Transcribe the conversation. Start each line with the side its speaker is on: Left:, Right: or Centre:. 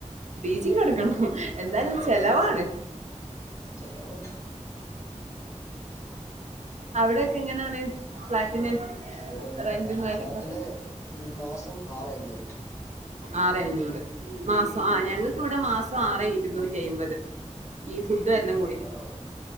Right: പി ജി കൊടുക്കണം എന്താലും ചെലവാണ്
Left: ആ ചെലവാണ്
Right: അവിടെക്കെ എങ്ങനാണ് ഫ്ലാറ്റിന്
Left: ഇവിടെ
Right: റെന്റും കാര്യമൊക്കെ
Left: ഫ്ലാറ്റിന് മാസം ആറേ അഞ്ഞൂറ്
Right: ആറേ അഞ്ഞൂറ് മാസം ആഹ്‌
Left: ഉം
Right: ഞങ്ങ ക്കിവിടെ മാസം ആറേ ഇരുന്നൂറ്റയിമ്പത് ഈ ഫുഡും എല്ലാം കൂ
Left: ആഹ്‌